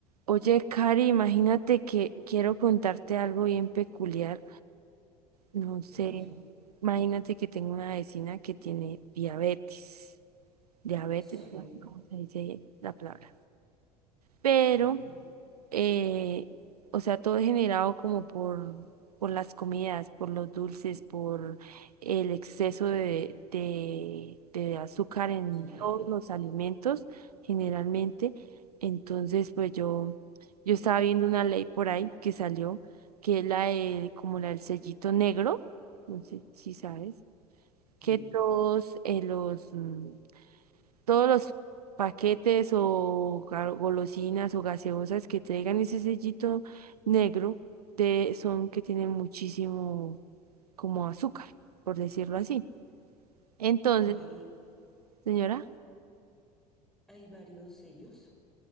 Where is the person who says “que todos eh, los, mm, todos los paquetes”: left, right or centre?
Right